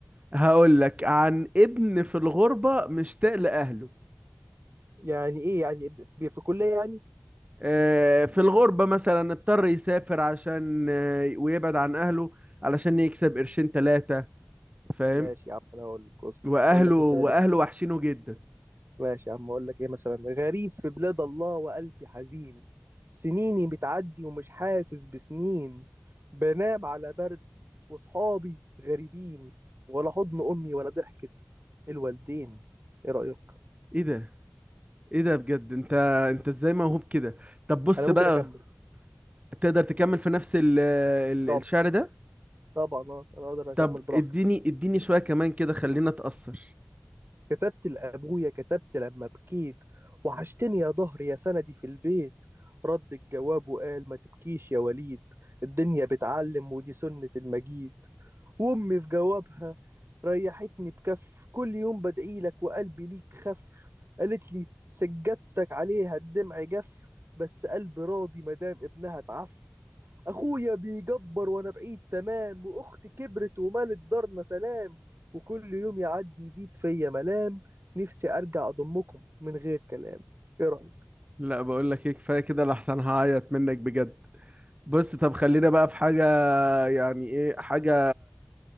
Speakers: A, on the right (about 30°); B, on the right (about 55°).
A: هقول لك عن ابن في الغربة مشتاق لأهله
B: يعني ايه يعني ب- ب- في كليه يعني
A: آه، في الغربة مثلا اضطر يسافر عشان آه، ويبعد عن أهله علشان يكسب قرشين تلاتة فاهم
B: ماشي يا عم انا اقول لك اصبر
A: وأهله
B: اقول لك
A: وأهله
B: مثلا إيه؟
A: وحشينه جدا
B: ماشي يا عم اقول لك ايه مثلا غريب في بلاد الله وقلبي حزين سنيني بتعدي ومش حاسس بسنين بنام على برد وصحابي غريبين ولا حضن امي ولا ضحكه الوالدين ايه رايك
A: إيه ده إيه ده بجد أنت أنت إزاي موهوب كده طب بص
B: انا ممكن
A: بقى
B: اكمل
A: تقدر تكمل في نفس ال ال
B: طبعا
A: الشعر ده
B: طبعا اه انا اقدر اكمل
A: طب
B: براحتي
A: اديني اديني شوية كمان كده خلينا أتأثر
B: كتبت لابويا كتبت لما بكيت وحشتني يا ضهري يا سندي في البيت رد الجواب وقال ما تبكيش يا وليد الدنيا بتعلم ودي سنة المجيد وأمي في جوابها ريحتني بكف كل يوم بدعي لك وقلبي ليك خف قالت لي سجادتك عليها الدمع جف بس قلبي راضي مدام ابنها اتعف أخويا بيجبر وأنا بعيد تمام وأختي كبرت ومالت دارنا سلام وكل يوم يعدي يزيد فيا ملام نفسي أرجع أضمكم من غير كلام إيه رأيك؟
A: لا بقول لك ايه كفاية كده لحسن هعيط منك بجد بص طب خلينا بقى في حاجة يعني ايه حاجة